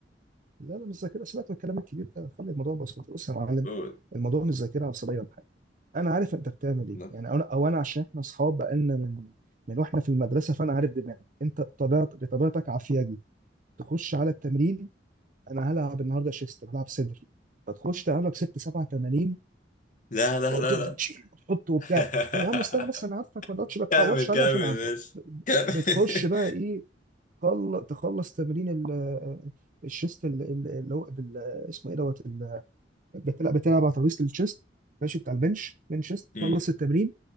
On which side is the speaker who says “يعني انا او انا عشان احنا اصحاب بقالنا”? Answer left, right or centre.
Right